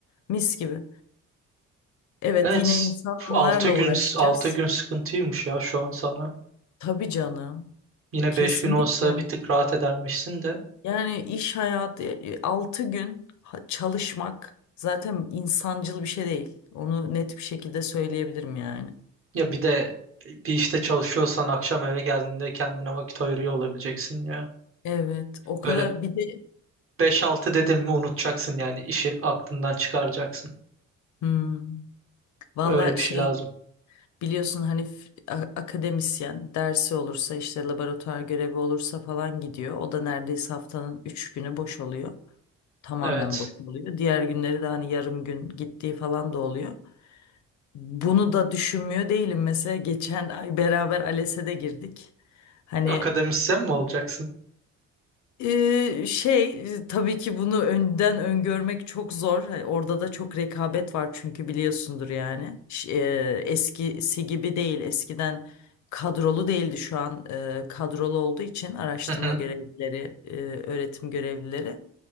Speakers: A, on the left; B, on the right.
A: Mis gibi. Evet
B: Evet.
A: yine insanlarla
B: 6 gün
A: uğraşacağız.
B: 6 gün sıkıntıymış ya şu an sana.
A: Tabii canım.
B: Yine
A: Kesinlikle.
B: 5 gün olsa bir tık rahat edermişsin de.
A: Yani iş hayatı e, e, 6 gün ha- çalışmak zaten insancıl bir şey değil. Onu net bir şekilde söyleyebilirim yani.
B: Ya bir de bir işte çalışıyorsan akşam eve geldiğinde kendine vakit ayırıyor olabileceksin ya.
A: Evet, o kadar
B: Böyle
A: bir de
B: Beş altı dedim mi unutacaksın yani işi aklından çıkaracaksın.
A: hmm, valla
B: Öyle bir
A: şey
B: şey lazım.
A: biliyorsun hani f- a- akademisyen dersi olursa işte laboratuvar görevi olursa falan gidiyor. O da neredeyse haftanın 3 günü boş oluyor. tamamen
B: Evet.
A: boş oluyor. Diğer günleri de hani yarım gün gittiği falan da oluyor. Bunu da düşünmüyor değilim. Mesela geçen ay beraber ALES'e de girdik. Hani
B: Akademisyen mi olacaksın?
A: ee, şey e, tabii ki bunu önden öngörmek çok zor. Hani Orada da çok rekabet var çünkü biliyorsundur yani. Ş- e, eskisi gibi değil. Eskiden kadrolu değildi şu an e, kadrolu olduğu için araştırma
B: Hı hı.
A: görevlileri, e, öğretim görevlileri